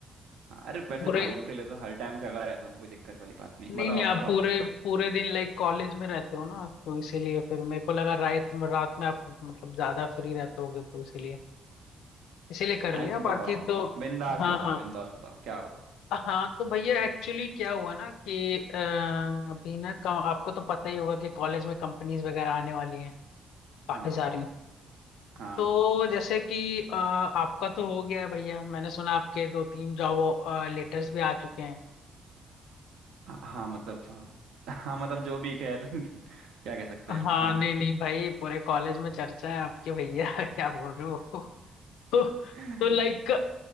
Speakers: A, on the right; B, on the left.
A: अरे वैसे
B: पूरे
A: भाइयों के लिए तो हर टाइम जगा रहता हूँ कोई दिक्कत वाली बात नहीं
B: नहीं
A: बताओ
B: नहीं आप
A: बताओ
B: पूरे पूरे दिन लाइक कॉलेज में रहते हो ना तो इसीलिए फिर मेरे को लगा रात रात में आप मतलब ज्यादा फ्री रहते होगे तो इसीलिए इसीलिए कर
A: अरे
B: लिया
A: तुम बताओ
B: बाकी तो
A: बिंदास
B: हाँ
A: बताओ
B: हाँ
A: बिंदास बताओ क्या हुआ
B: हाँ तो भैया एक्चुअली क्या हुआ ना कि अ, अभी ना क- आपको तो पता ही होगा कि कॉलेज में कंपनीज वगैरह आने वाली हैं काफी
A: हाँ
B: सारी
A: हाँ
B: तो जैसे कि अ, आपका तो हो गया है भैया मैंने सुना आपके दो तीन जॉब लेटर्स भी आ चुके हैं
A: हाँ हाँ, मतलब हाँ हाँ, मतलब जो भी खैर <laughs> क्या कह सकते
B: हाँ
A: हैं हम हाँ
B: नहीं नहीं भाई पूरे कॉलेज में चर्चा है आपके भैया <laughs> क्या बोल रहे हो <laughs> तो तो
A: <laughs>
B: लाइक